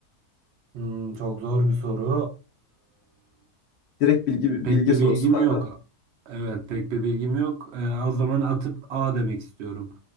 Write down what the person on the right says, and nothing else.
Hmm, çok zor bir soru.
Pek
bir
bilgim
yok. Evet, pek bir bilgim yok. Ee, o zaman atıp A demek istiyorum.